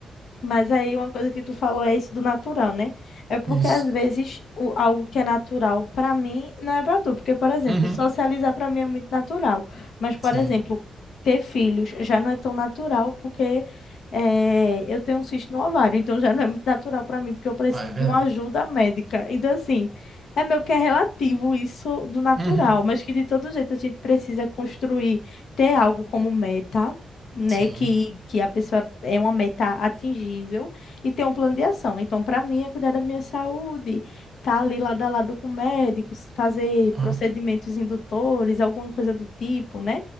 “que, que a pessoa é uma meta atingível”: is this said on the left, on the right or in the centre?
Left